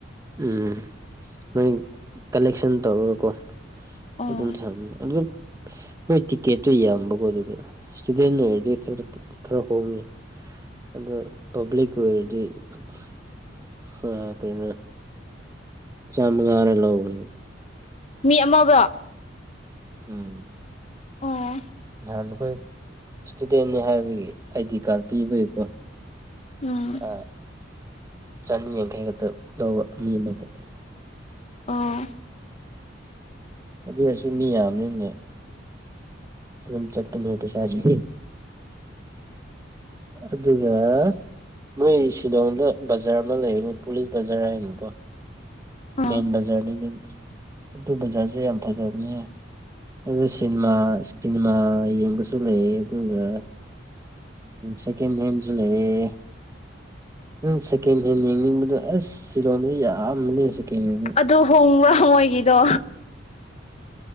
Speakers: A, on the right; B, on the left.
A: ꯎꯝ ꯅꯣꯏ ꯀꯂꯦꯛꯁꯟ ꯇꯧꯔꯒꯀꯣ
B: ꯑꯣ
A: ꯑꯗꯨ ꯊ ꯑꯗꯨ
B: <inaudible>
A: ꯅꯣꯏ ꯇꯤꯛꯀꯦꯠꯇꯣ ꯌꯥꯝꯕꯀꯣ ꯑꯗꯨꯗ ꯏꯁꯇꯨꯗꯦꯟ ꯑꯣꯏꯔꯗꯤ ꯈꯔ ꯈꯔ ꯍꯣꯡꯉꯤ ꯑꯗꯣ ꯄꯕꯂꯤꯛ ꯑꯣꯏꯔꯗꯤꯅ ꯆꯃꯒꯔꯦ ꯂꯧꯕ
B: ꯃꯤ ꯑꯃꯒ
A: ꯎꯝ
B: ꯑꯣ
A: ꯅꯍꯥꯟ ꯑꯩꯈꯣꯏ ꯏꯁꯇꯨꯗꯦꯅꯤ ꯍꯥꯏꯕꯒꯤ ꯑꯥꯏꯗꯤ ꯀꯥꯔꯗ ꯄꯤꯕꯒꯤꯀꯣ
B: ꯎꯝ
A: ꯑ ꯆꯅꯤ ꯌꯥꯡꯈꯩ ꯈꯛꯇ ꯂꯧꯕ ꯃꯤ ꯑꯃꯗ
B: ꯑꯣ
A: ꯑꯗꯨ ꯑꯣꯏꯔꯁꯨ ꯃꯤ ꯌꯥꯝꯅꯤꯅꯦ ꯐ ꯑꯗꯨꯝ ꯆꯠꯄ ꯂꯩ ꯄꯩꯁꯥꯁꯤ ꯑꯗꯨꯒ ꯃꯣꯏ ꯁꯤꯂꯣꯡꯗ ꯕꯖꯥꯔ ꯑꯃ ꯂꯩꯕꯅꯤ ꯄꯨꯂꯤꯁ ꯕꯖꯥꯔ ꯍꯥꯏꯅꯀꯣ
B: ꯑꯣ
A: ꯃꯦꯟ ꯕꯖꯥꯔꯅꯤ ꯑꯗꯨ ꯕꯖꯥꯔꯁꯦ ꯌꯥꯝ ꯐꯖꯕꯅꯦ ꯑꯗꯨ ꯁꯤꯅꯦꯃꯥ ꯁꯤꯅꯦꯃꯥ ꯌꯦꯡꯕꯁꯨ ꯂꯩ ꯑꯗꯨꯒ ꯎꯝ ꯁꯦꯀꯦꯟ ꯍꯦꯟꯁꯨ ꯂꯩꯌꯦ ꯅꯪ ꯁꯦꯀꯦꯟ ꯍꯦꯟ ꯌꯦꯡꯅꯤꯡꯕꯗꯣ ꯑꯁ ꯁꯤꯂꯣꯡꯁꯦ ꯌꯥꯝꯕꯅꯦ ꯁꯦꯀꯦꯟ ꯍꯦꯟ
B: ꯑꯗꯨ ꯍꯣꯡꯕ꯭ꯔꯥ ꯃꯣꯏꯒꯤꯗꯣ